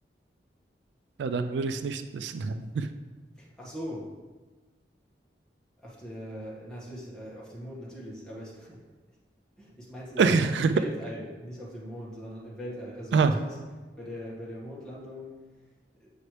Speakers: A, on the right; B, in the centre.
A: dann würde ich es nicht wissen.
B: Ach so, auf der, natürlich, äh, auf dem Mond, natürlich, aber ich, <laughs> ich meinte im,
A: <laughs>
B: im Weltall, nicht auf dem Mond, sondern im Weltall. Also
A: Ah.
B: natürlich bei der, bei der Mondlandung <laughs>